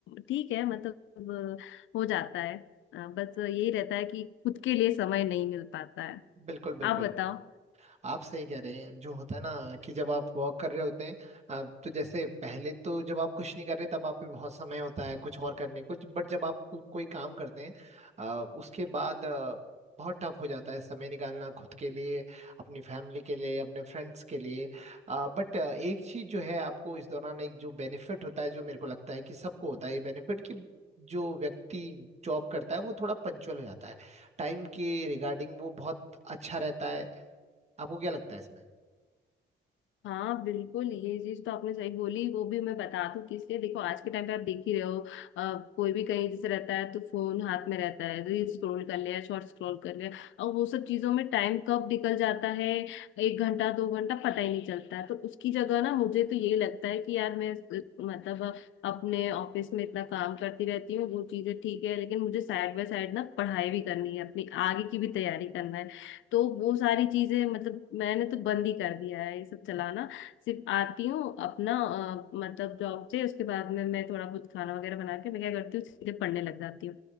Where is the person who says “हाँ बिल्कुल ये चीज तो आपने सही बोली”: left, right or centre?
Left